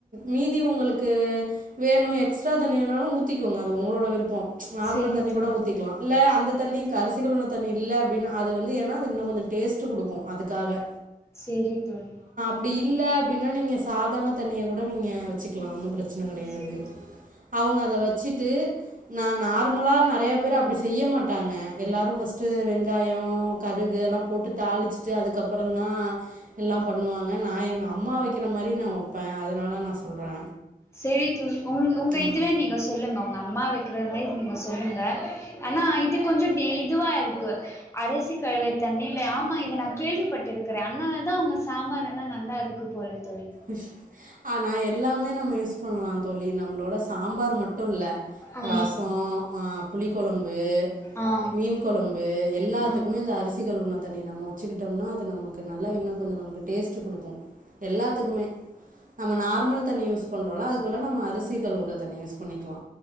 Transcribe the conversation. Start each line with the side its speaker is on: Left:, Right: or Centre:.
Right: மீதி உங்களுக்கு வேணு எக்ஸ்ட்ரா தண்ணி வேணாலு ஊத்திக்கோங்க அது உங்களோட விருப்பம் நார்மல்
Left: செரி
Right: தண்ணி
Left: தோழி
Right: கூட ஊத்திக்கலா இல்ல அந்த தண்ணி அரிசி கழுவுன தண்ணி இல்ல அப்படின்னா அது வந்து ஏன்னா இன்னு கொஞ்சம் டேஸ்ட் டு கொடுக்கு அதுக்காக
Left: சரி தோழி
Right: அப்டி இல்ல அப்டின்னா நீங்க சாதாரண தண்ணிய கூட நீங்க வச்சுக்கலா ஒன்னும் பிரச் சன கிடையாது
Left: செரி தோழி
Right: அவுங்க அத வச்சுட்டு நா நார்மலா நெறைய பேர் அப்டி செய்ய மாட்டாங்க எல்லாரும் ஃபர்ஸ்ட் வெங்காயோ கடுகு அதெல்லா போட்டு அதுக்கு அப்புறோ தா எல்லாம் பண்ணுவாங்க நா எங்க அம்மா வைக்கிற மாரி நா வைப்பே அதனால நா சொல்றே
Left: சரி தோழி உங்க உங்க
Right: ஆ
Left: இதுவே நீங்க சொல்லுங்க உங் அம்மா வைக்கிறது நீங்க சொல்லுங்க ஆனா இது கொஞ்சோ டே இதுவா இருக்கு அரிசி கழுவிய தண்ணில ஆமா இத நா கேள்விப்பட்ருக்றே அண்ணால தா உங்க சாம்பார் என்ன நல்லா இருக்கு போல தோழி
Right: அஷ் ஆனா என் எல்லாமே நம்ம யூஸ் பண்லா தோழி நம்மளோட சாம்பார் மட்டுல்ல
Left: ஆ
Right: ரசம் புளிகொழம்பு
Left: ஆ
Right: மீன் கொழம்பு எல்லாத்துக்குமே
Left: ஆ
Right: இந்த அரிசி கழுவுன தண்ணி நம்ம வச்சுக்கிட்டோம்னா இது நமக்கு நல்லா இன்னு கொஞ்சோ நமக்கு டேஸ்ட் குடுக்கூ எல்லாத் துக்குமே நம்ம நார்மல் தண்ணி யூஸ் பண்றோல அதுக்கு பதிலா நம்ம அரிசி கலுவுற தண்ணி யூஸ் பண்ணிக்லா